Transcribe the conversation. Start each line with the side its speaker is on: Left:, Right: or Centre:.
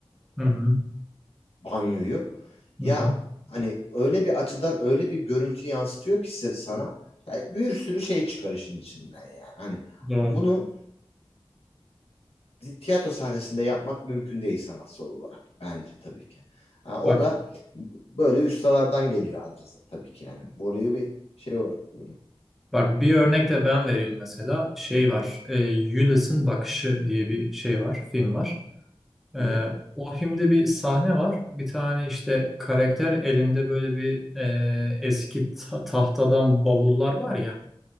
Centre: Hı hı.
Left: banyoyu.
Centre: Hı
Left: Ya
Centre: hı.
Left: hani öyle bir açıdan öyle bir görüntü yansıtıyor ki se- sana ya bir sürü şey çıkar işin içinden yani. Hani
Centre: Doğru.
Left: bunu bir tiyatro sahnesinde yapmak mümkün değil sanatsal olarak bence tabii ki. Ha, o
Centre: Bak.
Left: da böyle ustalardan geliyor anca za- tabii ki yani. Burayı bir şey olarak kullanıyor.
Centre: Bak bir örnek de ben vereyim mesela. Şey var. E, Ulysses'in Bakışı diye bir şey var. Film var. E,
Left: Hı hı.
Centre: o filmde bir sahne var. Bir tane işte karakter elinde böyle bir e, eski ta- tahtadan bavullar var ya.